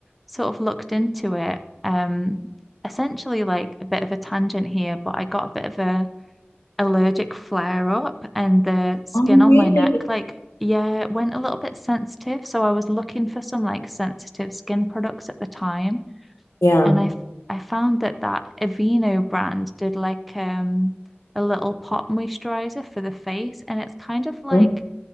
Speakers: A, in the centre; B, on the left.
A: sort of looked into it, um, essentially like a bit of a tangent here, but I got a bit of a allergic flare up and the skin
B: Oh,
A: on
B: really?
A: my neck, like, yeah, it went a little bit sensitive. So I was looking for some like sensitive skin products at the time.
B: Yeah.
A: And I I found that that Aveeno brand did like um a little pot moisturizer for the face. And it's kind of like
B: Mhm.